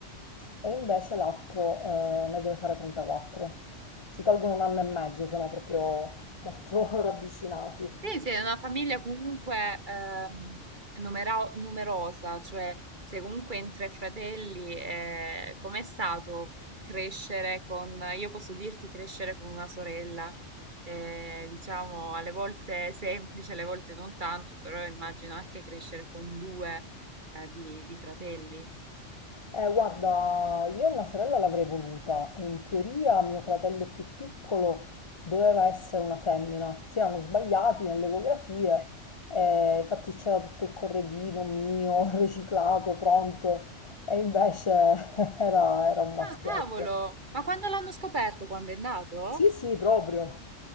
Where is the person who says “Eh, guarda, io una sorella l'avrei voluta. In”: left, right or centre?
Left